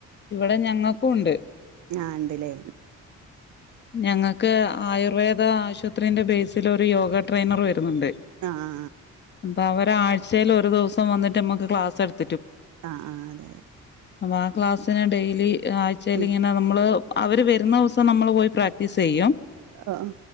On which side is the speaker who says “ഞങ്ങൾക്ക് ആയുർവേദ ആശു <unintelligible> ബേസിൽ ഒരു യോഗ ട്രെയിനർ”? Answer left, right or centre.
Left